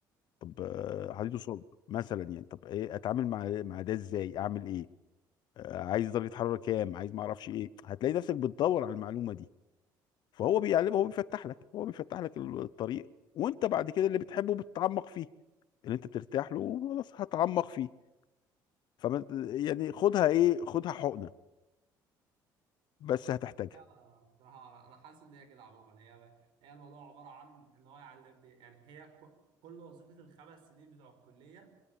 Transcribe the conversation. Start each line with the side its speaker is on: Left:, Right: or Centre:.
Left: طب آه، حديد وصلب مثلا يعني طب ايه اتعامل مع مع ده ازاي اعمل ايه آه، عايز درجه حراره كام عايز ما اعرفش ايه هتلاقي نفسك بتدور على المعلومه دي فهو بيعلمك هو بيفتح لك هو بيفتح لك الطريق وانت بعد كده اللي بتحبه بتتعمق فيه اللي انت بترتاح له خلاص هتعمق فيه فما يعني خدها ايه خدها حقنه بس هتحتاجها
Right: لا بصراحة أنا حاسس إن هي كده عموما هي هي الموضوع عبارة عن إن هو يعلم يعني هي ك- كل وظيفة الخمس سنين بتوع الكلية